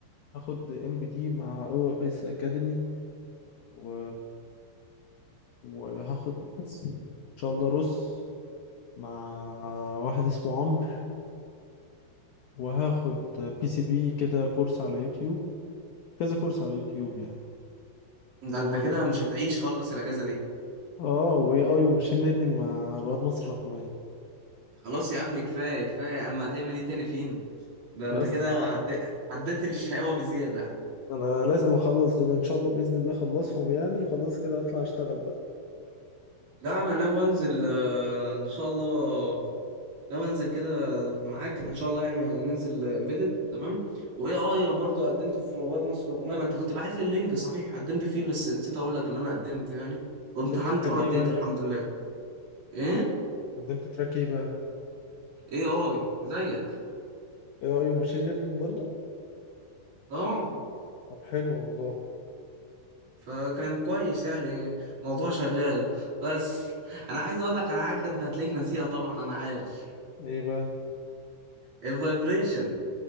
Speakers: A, on the left; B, on the right.
A: هاخد ام بي دي مع او اس اكاديمي و وهاخد ان شاء الله روس مع واحد اسمه عمرو وهاخد بي سي بي كده كورس على يوتيوب كذا كورس على يوتيوب يعني
B: ده
A: و
B: انت كده مش هتعيش خالص الاجازة دي
A: اه واي اي وماشين ليرنينج مع رواد مصر الرقمية
B: خلاص يا عم كفاية كفاية يا عم هتعمل ايه تاني فينا ده انت
A: يا اسطى
B: كده عدي... عديت الشقاوة بزيادة
A: انا لازم اخلص دول ان شاء الله باذن الله اخلصهم يعني خلاص كده اطلع اشتغل بقى
B: لا انا ناوي انزل آه، ان شاء الله ناوي انزل كده معاك ان شاء الله يعني ننزل امبيدد تمام وايه اه انا برضه قدمت في رواد مصر الرقميه ما انت كنت باعت لي اللينك صحيح قدمت فيه بس نسيت اقول لك اللي انا قدمت يعني وامتحنت
A: قدمت تراك
B: وعديت
A: ايه بقى
B: الحمد لله ايه
A: قدمت تراك ايه بقى
B: ايه اي زيك
A: اي اي وماشين ليرنينج برضه
B: اه
A: طب حلو والله
B: فكان كويس يعني موضوع شغال بس انا عايز اقول لك على حاجه انت هتلاقيك ناسيها طبعا انا عارف
A: ايه بقى
B: الفايبريشن